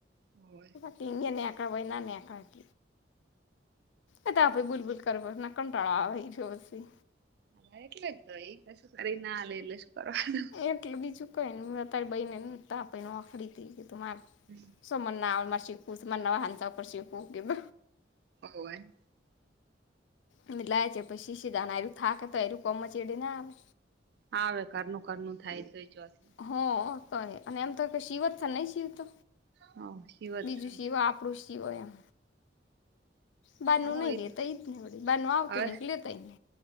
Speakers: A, on the right; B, on the left.
A: હોય.
B: ટીંગેને કર વ એનાને કર ક. એ તો આપડે બૂલબૂલ કર ના કંટાળો આવે જો પી.
A: હા એટલે જ તો એ કશું કરી ના એટલે શું કરવાનું.
B: એટલે બીજું કઈ ને મે તારી બને નતા આપનેખરીદી ગી તું મારે.
A: હમ.
B: સોમ ના મા શી પુ સુમ ન અંત પણર શીકુ ગીું.
A: હોય.
B: એમ લાવ છે પછી સીધા ના એું થાકે તો એું કમ મચડી ના આવે.
A: હા હવે કરનું કરનુંું થાય તો ચથી.
B: હ તો અને એમ તો શિવ જ છે નહી શિવ તો
A: હવ શિવત
B: બીજું
A: છે
B: શિવા આપ. પૃુષિઓયમ. બાનુ
A: હવ
B: નહી
A: એ
B: લેતા
A: તો
B: ને વ બાનુ આવતું
A: હવે
B: નહી લેતા ને.